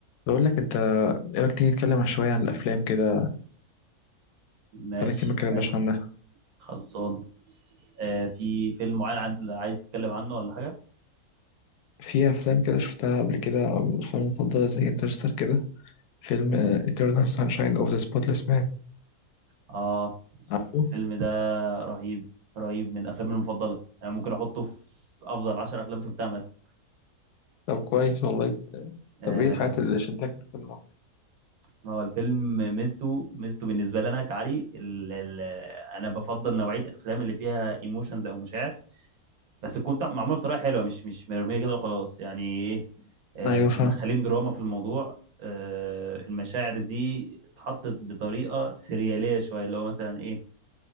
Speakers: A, on the left; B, on the right.
A: بقول لك انت ايه رايك تيجي نتكلم عن شويه عن الافلام كده
B: ماشي
A: بقالنا كتير ما اتكلمناش
B: مال
A: عنها
B: خلصانه آه في فيلم معين عند عايز تتكلم عنه ولا حاجه
A: في افلام كده شفتها قبل كده من الافلام المفضله زي انترستر كده فيلم Eternal Sunshine of the Spotless Mind
B: اه
A: عارفه
B: الفيلم ده رهيب رهيب من افلامي المفضله يعني ممكن احطه في افضل 10 افلام شفتها مثلا
A: طب كويس والله
B: آه
A: طب ايه الحاجات اللي شدتك في الفيلم
B: ما هو الفيلم ميزته ميزته بالنسبه لنا كعلي ال ال انا بفضل نوعيه الافلام اللي فيها ايموشنز او مشاعر بس تكون تع- معموله بطريقه حلوه مش مش مرميه كده وخلاص يعني ايه آه،
A: ايوه
B: مدخلين
A: فاهم
B: دراما في الموضوع آه، المشاعر دي اتحطت بطريقه سرياليه شويه اللي هو مثلا ايه